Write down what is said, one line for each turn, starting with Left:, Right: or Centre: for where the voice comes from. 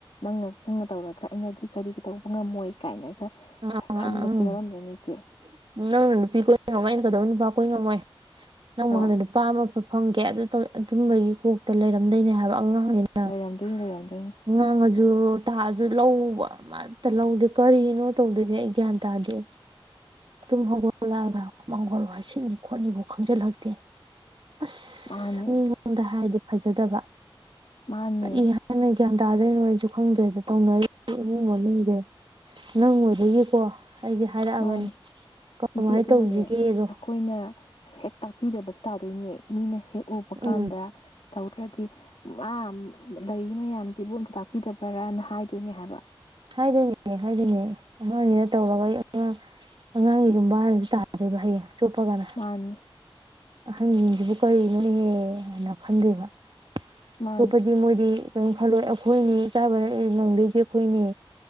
Left: ꯅꯪꯅ ꯅꯪꯅ ꯇꯧꯔꯒ ꯑꯩꯅꯗꯤ ꯀꯔꯤꯒꯤ ꯇꯧꯕ ꯉꯝꯃꯣꯏ ꯀꯥꯏꯅꯒ
Right: <unintelligible>
Left: ꯈꯟꯕꯁꯨ ꯌꯥꯎꯔꯝꯗꯣꯏꯅꯤ ꯏꯆꯦ
Right: ꯅꯪꯅ ꯅꯨꯄꯤ ꯀꯣꯏꯔ ꯑꯩꯅ ꯑꯃꯨꯛ ꯀꯗꯧꯕꯩ ꯅꯨꯄꯥ ꯀꯣꯏ ꯉꯝꯃꯣꯏ ꯅꯪ
Left: ꯍꯣꯏ
Right: ꯃꯥꯡꯗ ꯅꯨꯄꯥꯃ ꯐꯪꯒꯦ ꯑꯗꯨ ꯑꯗꯨꯝꯕꯒꯤ ꯀꯣꯛꯇ ꯂꯩꯔꯝꯗꯣꯏꯅꯦ ꯍꯥꯏꯕ ꯑꯉꯥꯡ <unintelligible>
Left: ꯂꯩꯔꯝꯗꯣꯏꯅꯤ ꯂꯩꯔꯝꯗꯣꯏꯅꯤ
Right: ꯉꯥꯡꯉꯁꯨ ꯇꯥꯛ ꯑꯁꯨ ꯂꯧꯕ ꯑꯃꯇ ꯂꯧꯗꯦ ꯀꯔꯤꯅꯣ ꯇꯧꯗꯣꯏꯁꯦ ꯑꯩ ꯒ꯭ꯌꯥꯟ ꯇꯥꯗꯦ ꯇꯨꯝ ꯍꯧꯒꯠꯂꯛꯑꯒ ꯃꯥꯡꯒꯣꯜ ꯋꯥꯏ ꯁꯤꯠꯅꯤ ꯈꯣꯠꯅꯤꯕꯣꯛ ꯈꯪꯖꯤꯜꯂꯛꯇꯦ ꯑꯁ
Left: ꯃꯥꯅꯦ
Right: ꯃꯤꯉꯣꯟꯗ ꯍꯥꯏꯗꯤ ꯐꯖꯗꯕ
Left: ꯃꯥꯅꯦ
Right: ꯀꯔꯤ ꯍꯥꯏꯅ ꯒ꯭ꯌꯟ ꯇꯥꯗꯣꯏ ꯅꯣ ꯑꯩꯁꯨ ꯈꯪꯗ꯭ꯔꯗ ꯇꯧꯅꯔꯤ ꯏꯃꯨꯡ ꯃꯅꯨꯡꯁꯦ ꯅꯪ ꯑꯣꯏꯕꯒꯤꯀꯣ ꯑꯩꯁꯦ ꯍꯥꯏꯔꯛꯑꯕꯅꯤ
Left: ꯃꯥꯟꯅꯦ
Right: ꯀꯃꯥꯏꯅ
Left: ꯏꯆꯦ ꯑꯗꯨꯒꯅꯦ
Right: ꯇꯧꯁꯤꯒꯦꯗꯣ
Left: ꯑꯈꯣꯏꯅ ꯍꯦꯛ ꯇꯥꯛꯄꯤꯗꯕꯁꯨ ꯇꯥꯗꯣꯏꯅꯦ ꯃꯤꯅ ꯍꯦꯛ ꯎꯕ ꯀꯥꯟꯗ
Right: ꯎꯝ
Left: ꯇꯧꯗ꯭ꯔꯗꯤ ꯃꯥ ꯂꯩꯔꯤ ꯃꯌꯥꯝꯁꯤꯕꯨ ꯑꯝꯇ ꯇꯥꯛꯄꯤꯗꯕꯔꯥꯅ ꯍꯥꯏꯗꯣꯏꯅꯦ ꯍꯥꯏꯕ
Right: ꯍꯥꯏꯗꯣꯏꯅꯦ ꯍꯥꯏꯗꯣꯏꯅꯦ ꯑꯉꯥꯡꯅꯤꯅ ꯇꯧꯔꯒ ꯑꯩ ꯑꯉꯥꯡ ꯑꯉꯥꯡꯒꯤ ꯌꯨꯝꯕꯥꯟꯑꯗꯨ ꯇꯥꯗꯣꯏꯕ ꯍꯌꯦꯡ ꯆꯣꯞꯄꯒꯅ
Left: ꯃꯥꯅꯤ
Right: ꯑꯍꯟꯁꯤꯡꯁꯤꯕꯨ ꯀꯔꯤꯅꯣ ꯍꯥꯏꯅ ꯈꯟꯗꯕ
Left: ꯃꯥꯅꯤ
Right: ꯆ꯭ꯔꯧꯄꯗꯤ ꯃꯣꯗꯤ ꯀꯩꯅꯝ ꯈꯜꯂꯣ ꯑꯩꯈꯣꯏꯅꯤ ꯏ ꯆꯥꯕꯗ ꯅꯪꯗꯣꯏꯁꯦ ꯑꯩꯈꯣꯏꯅꯤ